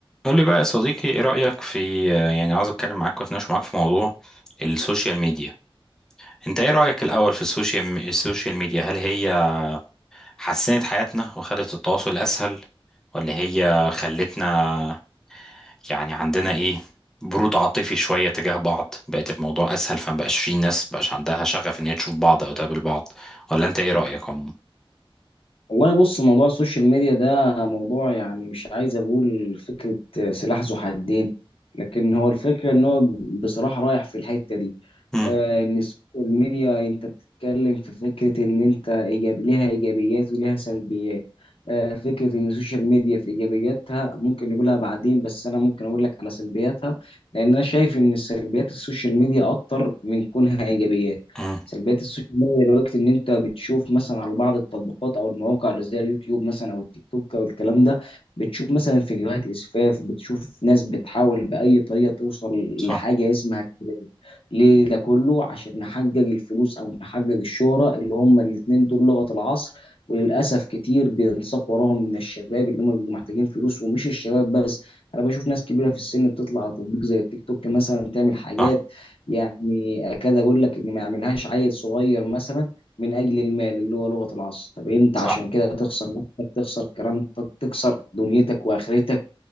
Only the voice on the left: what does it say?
والله بص موضوع السوشيال ميديا ده موضوع يعني مش عايز اقول فكرة سلاح ذو حدين لكن هو الفكرة ان هو بصراحة رايح في الحتة دي
آه، ان السوشيال ميديا انت بتتكلم في فكرة ان انت إيجاب ليها ايجابيات وليها سلبيات آه، فكرة ان السوشيال ميديا في ايجابياتها ممكن نقولها بعدين بس انا ممكن اقول لك على سلبياتها لان انا شايف ان سلبيات السوشيال ميديا اكتر من كونها ايجابيات
سلبيات السوشيال ميديا دلوقتي ان انت بتشوف مثلا على بعض التطبيقات او المواقع اللي زي اليوتيوب مثلا او التيك توك او الكلام ده بتشوف مثلا فيديوهات اسفاف بتشوف ناس بتحاول باي طريقه توصل
لحاجه اسمها الترند ليه ده كله عشان نحقق الفلوس او نحقق الشهره اللي هم الاتنين دول لغه العصر وللاسف كتير بينساق وراهم من الشباب اللي هم بيبقوا محتاجين فلوس ومش الشباب بس انا بشوف ناس كبيره في السن بتطلع على تطبيق زي التيك توك مثلا تعمل حاجات
يعني اكاد اقول لك ان ما يعملهاش عيل صغير مثلا من اجل المال اللي هو لغه العصر طب انت
عشان كده تخسر نفسك تخسر كرامتك تخسر دنيتك واخرتك